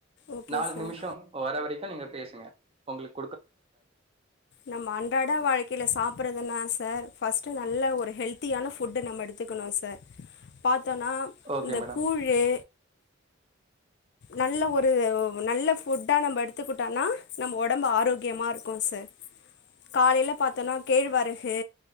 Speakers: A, on the left; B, on the right.
A: ஓகே
B: நாலு
A: சார்
B: நிமிசோ வர வரைக்கும் நீங்க பேசுங்க உங்களுக்
A: நம்ம அன்றாடா வாழ்க்கையில சாப்பறதுன்னா சர் ஃபஸ்ட் நல்ல உ ஒரு ஹெல்த்தியான ஃபுட்ட நம்ம எடுத்துக்கணு சர் பாத் த்தனாம்
B: ஓகே
A: இந்த
B: மேடம்
A: கூழ்ழே நல்ல ஒரு நல்ல ஃபுட்டா நம்ம எடுத்துகுட்டனா நம்ம ஒட உடம்ப ஆரோக்கியமா இருக்கு சர் காலேல பாத்தேன்னா கேழ்வரகு